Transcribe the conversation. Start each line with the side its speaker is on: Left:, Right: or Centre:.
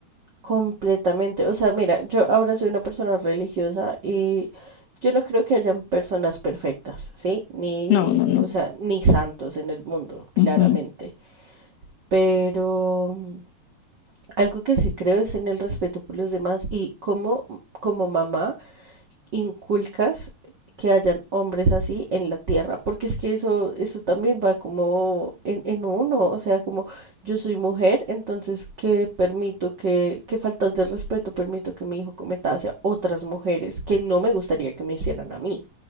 Right: Completamente. O sea, mira, yo ahora soy una persona religiosa y yo no creo que hayan personas perfectas, ¿sí? Ni,
Left: no, no, no.
Right: o sea, ni santos en el mundo, claramente.
Left: Ujú.
Right: Pero mm, algo que sí creo es en el respeto por los demás y cómo mm, como mamá inculcas que hayan hombres así en la tierra, porque es que eso, eso también va como en, en uno, o sea, como yo soy mujer, entonces qué permito que, qué faltas de respeto permito que mi hijo cometa hacia otras mujeres que no me gustaría que me hicieran a mí,